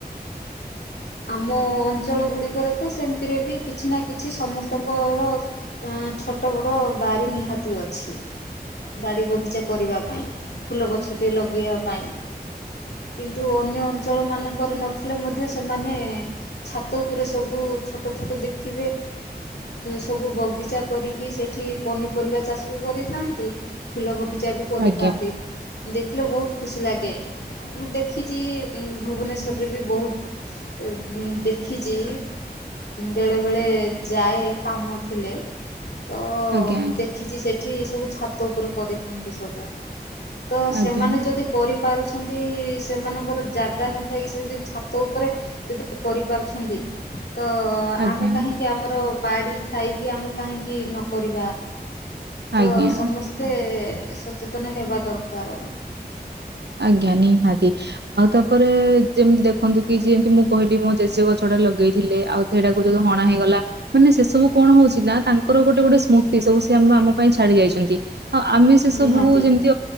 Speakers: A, on the left (about 80°); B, on the right (about 85°).
A: ଆମ ଅଞ୍ଚଳ ଗୁଡ଼ିକରେ ତ ସେମିତିରେ ବି କିଛି ନା କିଛି ସମସ୍ତଙ୍କର ଛୋଟ ବଡ଼ ବାରି ନିହାତି ଅଛି ବାଡ଼ି ବଗିଚା କରିବା ପାଇଁ ଫୁଲ ଗଛଟି ଲଗେଇବା ପାଇଁ କିନ୍ତୁ ଅନ୍ୟ ଅଞ୍ଚଳ ମାନଙ୍କରେ ନଥିଲେ ମଧ୍ୟ ସେମାନେ ଛାତ ଉପରେ ସବୁ ଛୋଟ ଛୋଟ ଦେଖିବେ ସବୁ ବଗିଚା କରିକି ସେଠି ପନିପରିବା ଚାଷ ବି କରିଥାନ୍ତି। ଫୁଲ ବଗିଚା ବି କରିଥାନ୍ତି।
B: ଆଜ୍ଞା ଆଜ୍ଞା
A: ଦେଖିଲେ ବହୁତ ଖୁସି ଲାଗେ ମୁଁ ଦେଖିଛି ଭୁବନେଶ୍ୱରରେ ବି ବହୁତ ଦେଖିଛି ବେଳେ ବେଳେ ଯାଏ କାମ ଥିଲେ। ତ
B: ଆଜ୍ଞା ଆଜ୍ଞା ଆଜ୍ଞା
A: ଦେଖିଛି ସେଠି ସବୁ ଛାତ ଉପରେ କରିଥାନ୍ତି ସବୁ। ତ
B: ଆଜ୍ଞା ଆଜ୍ଞା
A: ସେମାନେ ଯଦି କରିପାରୁଛନ୍ତି ସେମାନଙ୍କର ଜାଗା ନଥାାଇ କିି ସେ ଯଦି ଛ ତ ଉପରେ ଯଦି କରିପାରୁଛନ୍ତି ତ
B: ଆଜ୍ଞା
A: ଆମେ କାହିଁକି ଆମର ବାଡ଼ି ଥାଇକି ଆମେ କାହିଁକି ନକରିବା ତ
B: ଆଜ୍ଞା
A: ସମସ୍ତେ ମତେ ସଚେତନ ହେବା ଦରକାର।
B: ଆଜ୍ଞା ନିହାତି ଆଉ ତାପରେ ଯେମିତି ଦେଖନ୍ତୁ। କି ଯେମିତି ମୁଁ କହିଲି ମୋ ଜେଜେ ଗଛଟ ଟା ଲଗେଇ ଥିଲେ ଆଉ ସେଇଟାକୁ ଯଦି ହଣା ହେଇଗଲା। ମାନେ ସେ ସବୁ କଣ ହଉଥିଲା ତାଙ୍କର ଗୋଟେ ଗୋଟେ ସ୍ମୃତି ସବୁ ସେ ଆମ ପାଇଁ ଛାଡି ଯାଇଛନ୍ତି। ହ ଆମେ ସେ ସବୁକୁ
A: ନିହାତି।
B: ଯେମିତି